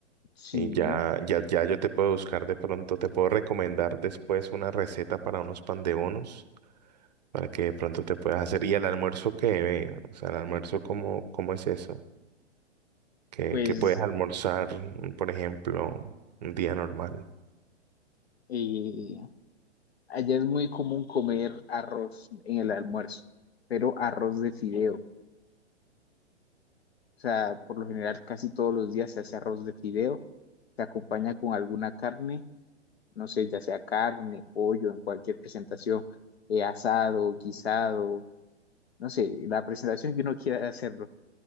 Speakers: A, on the left (about 60°); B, on the right (about 40°).
A: Sí,
B: Y ya, ya, ya yo te puedo buscar de pronto, te puedo recomendar después una receta para unos pan de bonos, para que de pronto te puedas hacer. ¿Y al almuerzo qué ve? O sea, el almuerzo, ¿cómo, cómo es eso? ¿Qué,
A: pues
B: qué puedes almorzar, mm, por ejemplo, un día normal?
A: eh, allá es muy común comer arroz en el almuerzo, pero arroz de fideo. O sea, por lo general casi todos los días se hace arroz de fideo, se acompaña con alguna carne no sé, ya sea carne, pollo, en cualquier presentación, eh, asado, guisado, no sé, la presentación que uno quiera hacerlo.